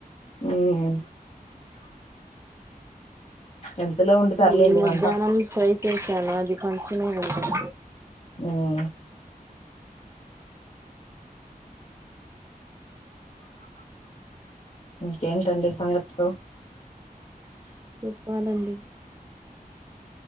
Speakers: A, on the left (about 40°); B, on the right (about 20°).
A: మ్మ్ ఎంతలో వండుతారులేండి
B: మ్ మధ్యాహ్నం
A: వంట
B: ఫ్రై చేశాను అది కొంచమే ఉంది
A: హుమ్ ఇంకేంటండి సంగతులు
B: చెప్పాలండి